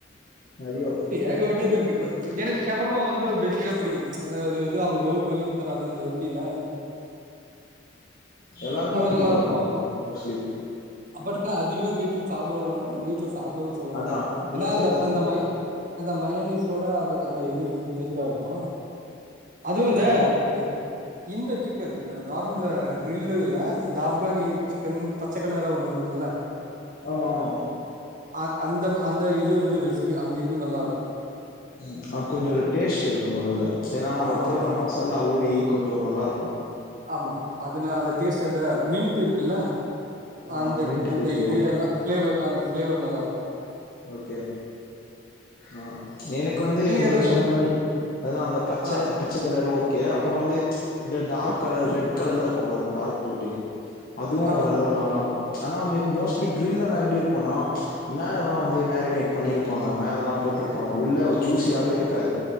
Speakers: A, on the left; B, on the right.
A: நெறையோ
B: ஏகபட்டது இருக்கு இப்ப எனக்கு ஷவர்மா வந்து பேசிக்கா பிடிக்கும் அது வந்து அவுங்க ரோல் பண்ணிகு தராங்கள்ல இந்த ரொ கிளார்
A: எல்லாருக்குமே புடிக்கு
B: நல்லா இருக்கு
A: அது அது ஆமா மோஸ்ட்லி
B: பட் அதிகமா வீட்ல சாப்டவு விடமாட்டாங்க வீட்ல சாப்டவு சொல்ல மாட்டாங்க
A: அதா நீங்க
B: என்னா அந்த
A: சொல்றது
B: அந்த மாய அந்த மயோனிஸோட அதுக்கு அந்த இதுக்கு வந்து டேஸ்ட்டா இருக்கு அதுவு இந்த
A: ஆனா
B: அதி இந்த சிக்கன் நார்மலா கிரில் இல்ல இந்த ஆப்கானி சிக்கன்னு பச்ச கலரா ஒன்னு வருதுல்ல
A: ஆமா ஆமா
B: ஆ அந்தம் அந்த இது வந்து ரெசிபி அந்த இது நல்லாருக்கு.
A: ம் அ கொஞ்சோ ஒரு டேஸ்ட்டு இருக்குவு அதுல ஏனா அவுங்க
B: ஆமா
A: போட்ற
B: ஆமா
A: மசா ல்லா ஊறி கொஞ்சோ நல்லாருக்கு.
B: ஆமா அதுனா அந்த டேஸ்ட் அந்த மின்ட் இருக்குல
A: ஆ
B: அந்த
A: மின்ட்
B: அந்த
A: டேஸ்டோ
B: இது எல்லா ஃபிளேவர் அந்த ஃபிளேவர் நல்லா இருக்கு
A: ஓகே ஆ எனக்கு வந்து நீங்க
B: எதா
A: சொன்ன
B: சம
A: மாரி அதா அந்த பச்ச
B: ஆ
A: பச்ச கலர் ஓகே அப்றோ வந்து இந்த டார்க் கலர் ரெட் கலர்ல இருக்கு பாருங்க டார்க் ரெட்டு் அதுவு
B: ஆமா
A: ஓரளவு நல்லா இருக்கு ஆனா வந்து மோஸ்ட்லி கிரில் எல்லா எப்டி இருக்குன்னா மேலல்லா வந்து அது மேரினேட் பண்ணிருப்பாங்க மேலல்லா போட்டிருப்பாங்க உள்ள ஜூஸியாவே இருக்காது